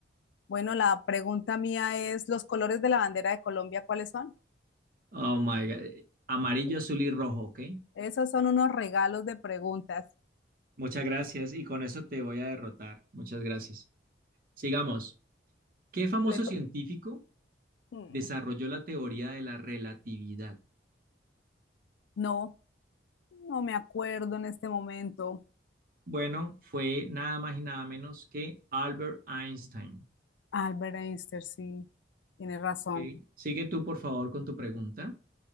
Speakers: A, on the left; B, on the right.
A: Bueno, la pregunta mía es, ¿los colores de la bandera de Colombia cuáles son?
B: Oh my God. Amarillo, azul y rojo, ¿ok?
A: Esos son unos regalos de preguntas.
B: Muchas gracias. Y con eso te voy a derrotar. Muchas gracias. Sigamos. ¿Qué famoso
A: Le to-
B: científico
A: Mm,
B: desarrolló la teoría de la relatividad?
A: No, no me acuerdo en este momento.
B: Bueno, fue nada más y nada menos que Albert Einstein.
A: Albert Einstein, sí, tiene razón.
B: ¿ok? Sigue tú, por favor, con tu pregunta.